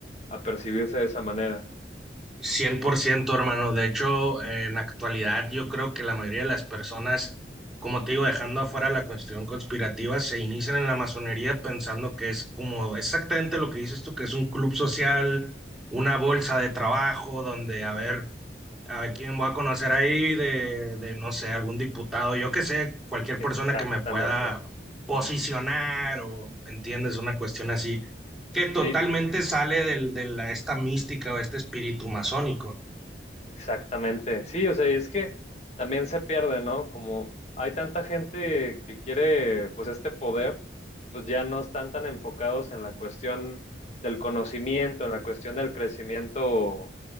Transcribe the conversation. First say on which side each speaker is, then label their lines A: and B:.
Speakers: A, on the left; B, in the centre.
A: a percibirse de esa manera.
B: cien por ciento hermano. De hecho, eh, en actualidad yo creo que la mayoría de las personas, como te digo, dejando afuera la cuestión conspirativa, se inician en la masonería pensando que es como exactamente lo que dices tú, que es un club social, una bolsa de trabajo donde, a ver, a quien voy a conocer ahí de, de, no sé, algún diputado, yo que sé, cualquier persona
A: Exactamente.
B: que me pueda posicionar o, ¿entiendes? Una cuestión así, que totalmente
A: Sí,
B: sale del, de la, esta mística o este espíritu masónico.
A: Exactamente, sí, o sea, y es que también se pierde, ¿no? Como hay tanta gente que quiere, pues, este poder, pues ya no están tan enfocados en la cuestión del conocimiento, en la cuestión del crecimiento,